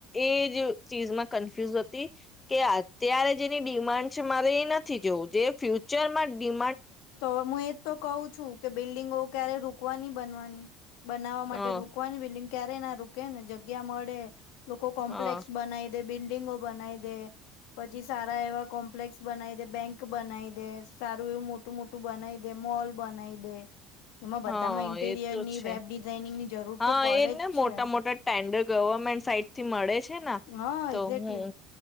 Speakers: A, on the left; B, on the left.
A: એ તેઓ ચીઝમાં કન્ફ્યુઝ હતી કે આત્યારે જેની ડિમાન્ડ છે મારે એ નથી જોવું જે ફ્યુચરમાં ડી
B: તો હું એજ તો કહું છું, કે બિલ્ડિંગો ક્યારે રૂકવાની બનવાની બનાવવા
A: હા
B: માટે રૂકવાની બિલ્ડિંગ ક્યારે ના રૂકે ને જગ્યા મળે લોકો કોમ્પ્લેક્સ
A: હા
B: બનાઈ દે બિલ્ડીિંગો બનાઈ દે, પછી સારા એવા કોમ્પ્લેક્સ બનાઈ દે, બેંક બનાઈ દે, સારું એવું મોટ મોટું મોટું બનાઈ દે, મોલ બનાઈ દે. એમાં
A: હા
B: બધામાં ઇન્ટેરિયરની
A: એ તો છે,
B: વેબ ડિઝાઇનિંગની જરૂર
A: હા
B: તો પડે
A: એને
B: જ
A: મોટા
B: છે
A: મોટા ટેન્ડર ગવર્મેન્ટ સાઈડ થી મળે છે ના
B: હા
A: તો
B: એક્ઝેક્ટલી
A: હું